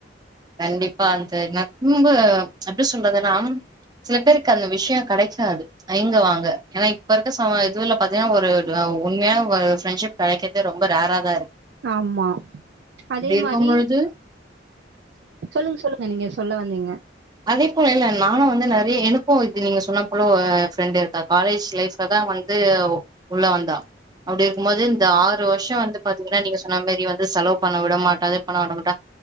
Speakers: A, on the right; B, on the right.
A: கண்டிப்பா அந்த <unintelligible> ரொம்ப எப்டி சொல்றதுன்னா சில பேருக்கு அந்த விஷ்யோ கெடைக்காது தயங்குவாங்க ஏன்னா இப்ப இருக்க சம இதுல பாத்தீங்கன்னா ஒரு உண்மையான ஒரு ஃப்ரெண்ட்ஷிப் கெடைக்கிரதே ரொம்ப ரேரா தா இருக்
B: ஆமா அதே
A: இருக்கும்
B: மாரி
A: பொழுது
B: சொல்லுங்க சொல்லுங்க நீங்க சொல்ல வந்தீங்க
A: அதே போல இல்ல நானு வந்து நெறைய எனக்கு இது நீங்க சொன்ன போல ஃப்ரெண்டு இருக்க காலேஜ் லைஃப்ல தா வந்து உள்ள வந்தா அப்டி இருக்கும்போது இந்த ஆறு வருஷோ வந்து பாத்தீங்கன்னா நீங்க சொன்ன மாரி வந்து செலவு பண்ண விட மாட்டாததே பண்ண விட மாட்டா